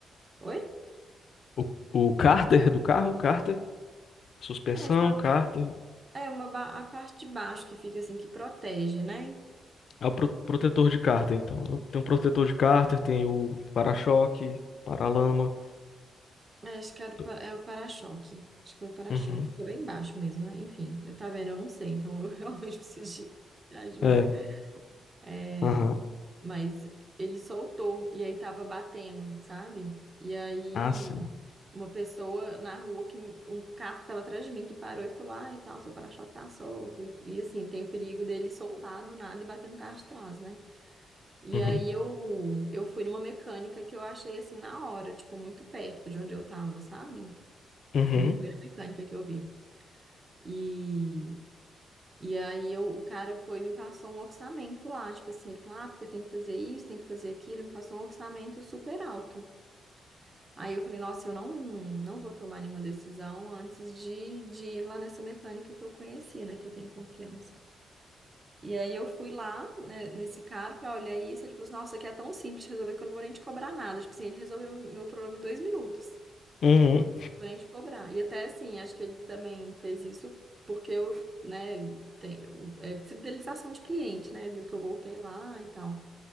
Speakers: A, on the right; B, on the left.
A: Oi?
B: o, o cárter do carro, cárter, suspensão,
A: É, tipo, a,
B: cárter,
A: é uma, ba- a parte de baixo que fica assim, que protege, né?
B: é o pro- protetor de cárter, então. né? Tem o protetor de cárter, tem o para-choque, para-lama.
A: É, Acho que era o
B: do-
A: para- é o para-choque. Acho que foi o para-choque.
B: Uhum.
A: Ficou bem baixo mesmo, né? Enfim, eu tá vendo, eu não sei, então eu <laughs> realmente preciso de ajuda.
B: É,
A: É,
B: aham.
A: mas ele soltou e aí tava batendo, sabe? E aí
B: Ah, sim.
A: uma pessoa na rua que um carro que tava atrás de mim que parou e falou: "Ah, e tal, seu para-choque tá solto". E, e, assim, tem o perigo dele soltar do nada e bater no carro de trás, né? E
B: Uhum.
A: aí eu eu fui numa mecânica que eu achei assim na hora, tipo muito perto de onde eu tava, sabe?
B: Uhum.
A: A primeira mecânica que eu vi. E, e aí eu, o cara foi e me passou um orçamento lá, tipo assim, ele falou, ah, porque tem que fazer isso, tem que fazer aquilo, ele me passou um orçamento super alto. Aí eu falei, nossa, eu não, não vou tomar nenhuma decisão antes de, de ir lá nessa mecânica que eu conheci, né, que eu tenho confiança. E aí eu fui lá, né, nesse cara, falei, olhar isso, ele falou assim, nossa, aqui é tão simples de resolver que eu não vou nem te cobrar nada. Tipo assim, ele resolveu meu problema em dois minutos.
B: Uhum.
A: Ele falou, vou nem te cobrar. E até assim, acho que ele também fez isso porque eu, né, tenho, é fidelização de cliente, né? Viu que eu voltei lá e tal.